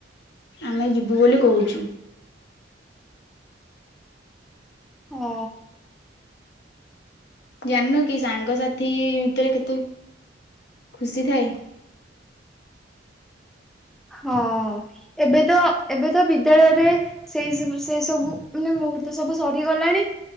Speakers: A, on the left; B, in the centre.
A: ଆମେ ଯିବୁ ବୋଲି କହୁଛୁ।
B: ହଁ।
A: ଜାଣିନୁ କି ସାଙ୍ଗସାଥି ଭିତରେ କେତେ ଖୁସି ଥାଏ।
B: ହଁ ଏବେ ତ ଏବେ ତ ବିଦ୍ୟାଳୟ ଏବେ ସେଇ ସବୁ ସେଇ ସବୁ ମାନେ ମୁହୂର୍ତ୍ତ ସବୁ ସରିଗଲାଣି।